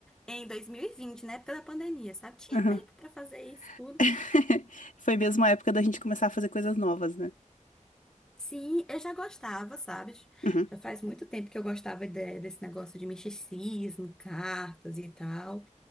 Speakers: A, in the centre; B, on the left.
A: em 2020, na época da pandemia, sabe? Tinha
B: aham.
A: tempo pra fazer isso tudo.
B: <laughs> Foi mesmo a época da gente começar a fazer coisas novas, né?
A: Sim, eu já gostava, sabe?
B: Uhum,
A: Já faz muito tempo que eu gostava de- desse negócio de misticismo, cartas e tal.